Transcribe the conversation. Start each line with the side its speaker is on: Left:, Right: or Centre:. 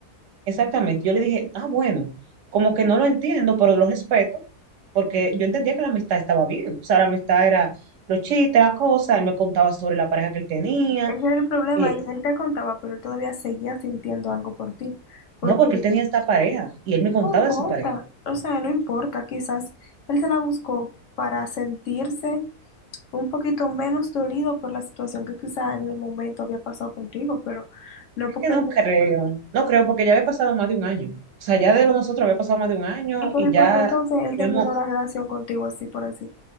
Right: Exactamente. Yo le dije, ah, bueno, como que no lo entiendo, pero lo respeto, porque yo entendía que la amistad estaba bien. O sea, la amistad era los chistes, la cosa, él me contaba sobre la pareja que él tenía.
Left: Ese era el problema,
Right: eh,
Left: él, él te contaba, pero él todavía seguía sintiendo algo por ti, porque
Right: no, porque él tenía esta pareja y él me contaba
Left: no importa,
Right: de su pareja.
Left: o sea, no importa, quizás él se la buscó para sentirse un poquito menos dolido por la situación que quizá en el momento había pasado contigo, pero no
Right: Es
Left: porque
Right: que no
Left: él...
Right: creo, no creo, porque ya había pasado más de un año. O sea, ya de lo nosotros había pasado más de un año
Left: ¿Y por,
Right: y
Left: y por
Right: ya
Left: qué entonces él
Right: habíamos,
Left: terminó la relación contigo así por así?